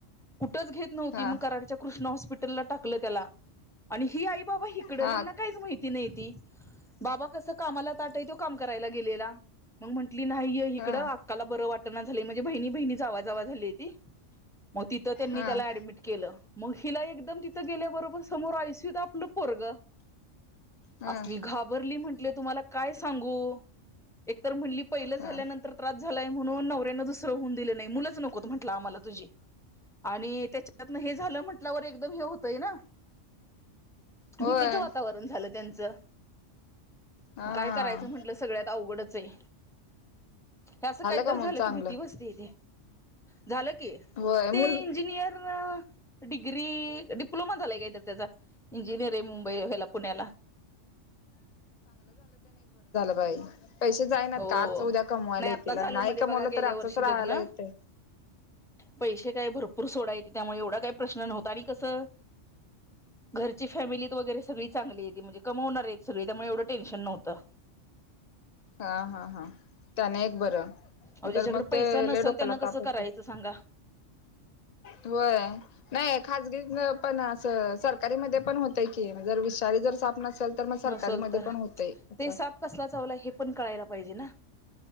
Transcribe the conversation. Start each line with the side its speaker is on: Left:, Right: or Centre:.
Centre: कुठच घेत नव्हती
Left: हा हा
Centre: कराडच्या कृष्ण हॉपिटलला टाकल त्याला आणि ही आई बाबा इकडे
Left: हा
Centre: त्यांना इकडे काहीच माहित नव्हतं बाबा कसं कामाला ताठ हाय ती करायला गेलेला मग म्हटली नाही इकडं
Left: हा
Centre: अक्काला बरं वाट बहिणी बहिणी जावा झाल्याती मग तिथे त्याला
Left: हा
Centre: त्यांनी ऍडमिट केलं. हिला एकदम तिथं गेल्याबरोबर समोर आयसीयुत आपल तर आपलं पोरग
Left: हा
Centre: असली घाबरली म्हंटले तुम्हाला काय सांगु एक तर म्हणली पहिलं झाल्यानंतर
Left: हा
Centre: त्रास झालाय म्हणून नवऱ्यानं दुसरं होऊन दिलं नाही मुलंच नकोत म्हटलं आम्हाला तुझे आणि त्याच्यातन हे झालं म्हंटल्यावर एकदम हे होतंय ना
Left: होय.
Centre: भीतीचं वातावरण झालं त्यांचं
Left: हा
Centre: काय करायचं म्हंटलं सगळ्यात अवघडच आहे. असं काहीत
Left: का मूल
Centre: झालं
Left: चांगलं
Centre: की भीती बसते इथे. झालं की
Left: होय
Centre: ते
Left: मूल
Centre: इंजिनियर डिग्री डिप्लोमा झालाय का तर त्याचा इंजिनिअरिंग मुंबई हयाला पुण्याला
Left: बा पैसे जायनात
Centre: हो
Left: का आज उद्या कमवायला
Centre: नाही
Left: येतील
Centre: आत्ता झालं
Left: आणि नाही
Centre: मध्ये
Left: कमवलं
Centre: बघा गेल्या
Left: तर असंच
Centre: वर्षी
Left: राहायला
Centre: लग्न
Left: येतं.
Centre: पैसे काय भरपूर सोडायेत त्यामुळे एवढा काही प्रश्न नव्हता आणि कसं घरची फॅमिलीत वगैरे सगळी चांगली ये म्हणजे कमवणार आहेत सगळी त्यामुळे एवढं टेन्शन नव्हतं.
Left: हा हा हा त्याने एक बरं
Centre: अहो ज्याच्याकडे
Left: तर मग
Centre: पैसा
Left: ते
Centre: नसेल
Left: लय डोक्याला
Centre: त्यांना कसं
Left: ताप होते
Centre: करायचं सांगा
Left: होय नाही खजगी पण असं सरकारी मध्ये पण होतय की जर वि सरकारी नसेल तर मग सरकार
Centre: नसल
Left: मध्ये
Centre: तर
Left: पण होत असं
Centre: ते साप कसला चावला हे पण कळायला पाहिजे ना